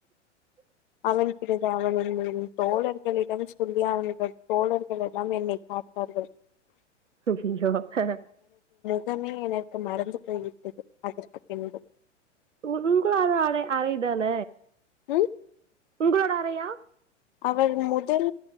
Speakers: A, on the left; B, on the right.
A: அவன் பிறகு அவர் ஒருவரின் தோழர்களிடம் சொல்லி அவர்கள் தோழர்களேல்லாம் என்னை காத்தார்கள்
B: துய்யியோ ஹஹ
A: முகமே எனக்கு மறந்து போய்விட்டது அதற்குப் பின்பு
B: உங்ளோட அடை அறைதான
A: ம்
B: உங்குளோட அறையா
A: அவர் முதல்